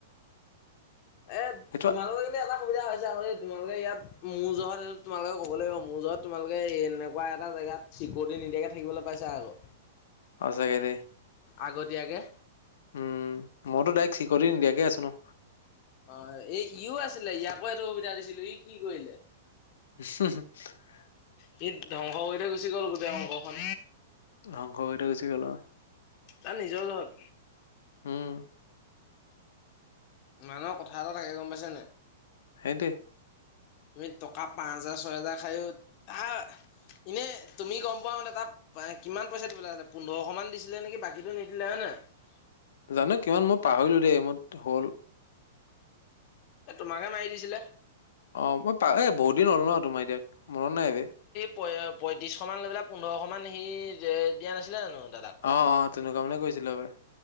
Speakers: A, on the left (about 45°); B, on the left (about 70°).
A: এ,
B: সেইটো
A: তোমালোকৰ কিন্তু এটা সুবিধা হৈছে আকৌ <unintelligible> তোমালোকে ইয়াত মোৰ যত এইটো তোমালোকে ক'ব লাগিব মোৰ যত তোমালোকে এনেকুৱা এটা জেগাত চিকৰিটি নিদিয়াকে থাকিবলৈ পাইছা আকৌ।
B: সঁচাকে দে।
A: আগতীয়াকে।
B: উম, মইতো ডাইক চিকৰিটি নিদিয়াকে আছো ন'।
A: অ, এ ইও আছিলে ইয়াকো এইটো সুবিধা দিছিলো ই কি কৰিলে
B: <unintelligible>
A: সি ধ্বংস হৈ এতিয়া গুচি গল গোটেই অংশ খন।
B: ধ্বংস কৰি থৈ গুচি গল আও
A: তাৰ নিজৰ জহত
B: উম,
A: মানহ কথা এটা থাকে গম পাইছেনে?
B: হেটোৱে।
A: তুমি টকা পাঁচ -হোজাৰ ছয় হোজাৰ খায়ো হা এনে তুমি গম পোৱা মানে তাত কিমান পইচা দিবলৈ আছে, পোন্ধৰশ মান দিছিলে নেকি বাকীটো নিদিলে হয় নাই? <unintelligible>
B: জানো কিমান মই পাহৰিলো দেই মইত হল
A: এ তোমাকে মাৰি দিছিলে।
B: অ, মই পা বহুত দিন হ'ল ন'তোমাৰ এতিক মনত নাই ৰে।
A: পয় -পঁয়ত্ৰিছশমান লৈ পেলাই পোন্ধৰশ মান সি দিয়া নাছিলা জানো দাদাক
B: অ', অ', তেনেকুৱা মানে কৰিছিলা হ'ব <unintelligible>